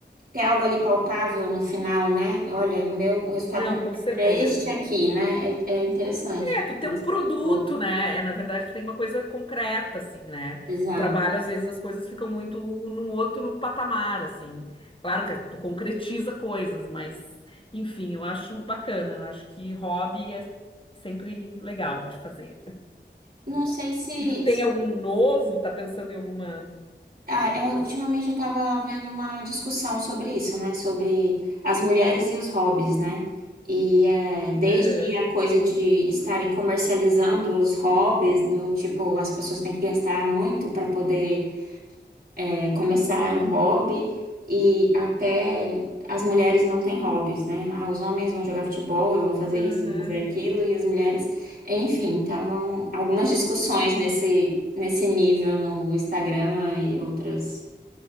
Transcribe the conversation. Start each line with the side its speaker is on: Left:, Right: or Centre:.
Right: Tem algo ali palpável no final, né? Olha, o meu, o resultado
Left: Não,
Right: do meu
Left: com certeza.
Right: trabalho é este aqui, né? É, é interessante.
Left: É, tu tem um produto,
Right: Boa,
Left: né? É, na verdade, tu tem uma coisa concreta, assim, né?
Right: Exato.
Left: O trabalho, às vezes, as coisas ficam muito num outro patamar, assim. Claro que tu concretiza coisas, mas, enfim, eu acho bacana. Eu acho que hobby é sempre legal de fazer.
Right: Não sei se,
Left: E tu tem
Right: se...
Left: algum novo? Tá pensando em alguma?
Right: Ah, eu- ultimamente eu estava vendo uma discussão sobre isso, né? Sobre as mulheres e os hobbies, né? E é, desde
Left: Aham,
Right: a coisa de estarem comercializando os hobbies, do tipo, as pessoas têm que gastar muito para poder É, começar um hobby e até as mulheres não têm hobbies, né? Ah, os homens vão jogar futebol, e vão fazer
Left: Uhum.
Right: isso, vão fazer aquilo, e as mulheres, enfim, estavam algumas discussões nesse nesse nível no Instagram e outras